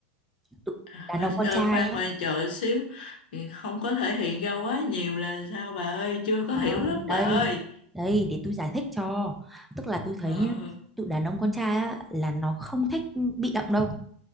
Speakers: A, in the centre; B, on the left (about 70°).
A: tụi-
B: À,
A: đàn ông con
B: ờ,
A: trai
B: khoan
A: á
B: khoan chờ xíu Ừ, Không có thể hiện ra quá nhiều là sao bà ơi Chưa
A: à,
B: có hiểu lắm
A: đây
B: bà ơi
A: đây để tôi giải thích cho tức là tôi thấy
B: Ờ, ờ,
A: nhá tụi đàn ông con trai á là nó không thích bị động đâu